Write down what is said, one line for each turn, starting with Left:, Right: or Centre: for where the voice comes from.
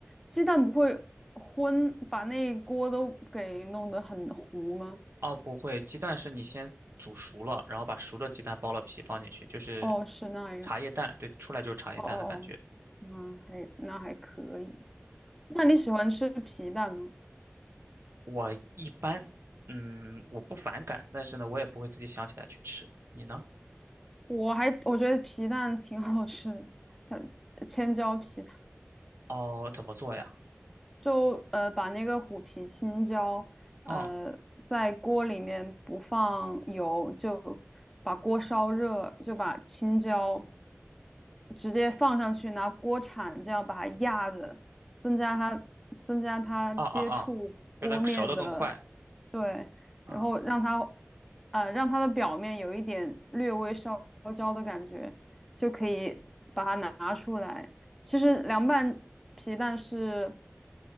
Centre: 鸡蛋不会昏，把那一锅都给弄得很糊吗？
Right: 哦，不会，鸡蛋是你先煮熟了，然后把熟的鸡蛋剥了皮放进去，就是
Centre: 哦，是那样。
Right: 茶叶蛋，对，出来就是茶叶蛋的感觉。
Centre: 哦哦哦，那还那还可以。那你喜欢吃皮蛋吗？
Right: 我一般，嗯，我不反感，但是呢，我也不会自己想起来去吃。你呢？
Centre: 我还我觉得皮蛋挺好吃的，像千椒皮蛋。
Right: 哦，怎么做呀？
Centre: 就呃把那个虎皮青椒，呃在锅里面不放油，
Right: 嗯，
Centre: 就把锅烧热，就把青椒直接放上去，拿锅铲这样把它压着，增加它增加它接触锅面的，
Right: 啊啊啊，就来熟的更快。
Centre: 对，
Right: 嗯，
Centre: 然后让它呃让它的表面有一点略微烧焦的感觉，就可以把它拿出来。其实凉拌皮蛋是。